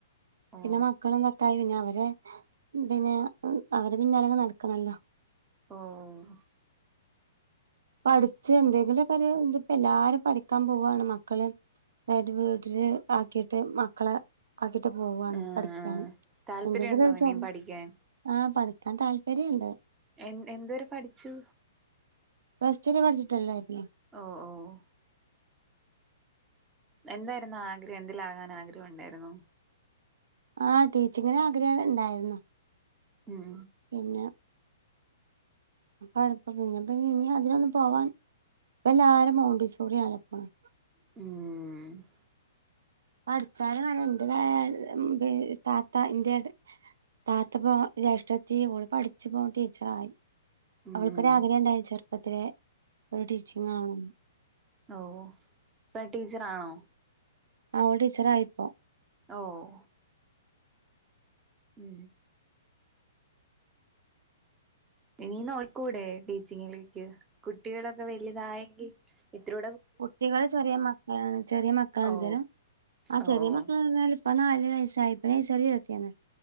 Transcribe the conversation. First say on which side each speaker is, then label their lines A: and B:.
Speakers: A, on the right; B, on the right.
A: ഓ
B: പിന്നെ മക്കൾ നത്തായി പിന്നെ അവരെ പിന്നെ അവരെ പിനാലങ് നടക്കണല്ലോ
A: ഓഹ്
B: പഠിച്ച് എന്തെങ്കിലുമൊക്കൊര് ഇപ്പോ എല്ലാരും പഠിക്കാൻ പോവാണ് മക്കള് അതായത് വീട്ടില് ആക്കിയിട്ട് മക്കളെ ആക്കിട്ട് പോവാണ്
A: ആഹ്
B: പഠിക്കൻ
A: ആഹ് താല്പര്യണ്ടോ
B: എന്തെങ്കിലും
A: ഇനിയും
B: ഒര്
A: പഠിക്കാൻ
B: ആഹ് പടിക്കാൻ താല്പര്യംണ്ട്
A: എ എന്തവരെ പഠിച്ചു
B: പ്ലസ് ടു വരെ പഠിച്ചോട്ടെല്ലെർന്ന്
A: ഓഹ് ഓഹ് എന്തായിരുന്നു ആഗ്രഹം എന്തിലാകാൻ ആഗ്രഹം ഉണ്ടായിരുന്നു
B: ആഹ് ടീച്ചിങ്ങിന് ആഗ്രഹം ഉണ്ടായിര്ന്ന
A: ഉം
B: പിന്നെ അഴപ്പ പിന്നെപ്പ ഇനി അതിലൊന്ന് പോവാൻ ഇപ്പ എല്ലാരും മൗണ്ടിസോറി ആലപ്പണം
A: ഉം
B: അഠിച്ചാല അ എൻന്റെ താത്ത എന്റെ താത്ത പോ ജേഷ്ഠത്തി പഠിച്ച് പോ ടീച്ചറ ആയി
A: ഉം
B: അവൾക്കൊരാഗ്രഹം
A: ഉം
B: ഉണ്ടായില്ല ചെറുപ്പത്തില ഒരു ടീച്ചിങ് ആണംെന്ന്
A: ഓഹ് ഇപ്പ ടീച്ചറാണോ
B: അവഓൾ ടീച്ചർ ആയിപ്പോം
A: ഓഹ് ഉം ഇനീ നോയ്ക്കൂടെ ടീച്ചിങ്ങിലേക്ക് കുട്ടികളൊക്കെ വലുതായെങ്കിൽ ഇത്രൂ
B: കുട്ടികള് ചെറിയ മക്കളാണ് ചെറിയ മക്കളാണച്ചാലും
A: ഓ
B: ആ
A: ഓ
B: ചെറിയ
A: ഓ
B: മക്കൾ ഇപ്പ നാല് വയസ്സായി ഇപ്പ നഴ്സറി ചർത്തിയാണ്